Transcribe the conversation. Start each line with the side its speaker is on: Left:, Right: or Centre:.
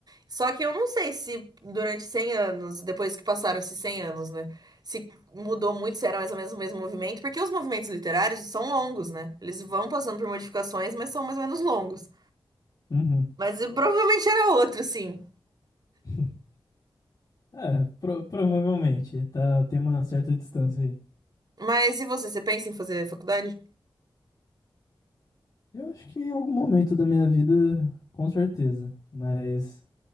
Right: Só que eu não sei se durante 100 anos, depois que passaram esses 100 anos, né? Se mudou muito, se era mais ou menos o mesmo movimento, porque os movimentos literários são longos, né? Eles vão passando por modificações, mas são mais ou menos longos.
Left: Uhum.
Right: Mas eh, provavelmente era outro, sim.
Left: <laughs> É, pro- provavelmente. Tá, tem uma certa distância aí.
Right: Mas e você, você pensa em fazer faculdade?
Left: Eu acho que em algum momento da minha vida, com certeza. Mas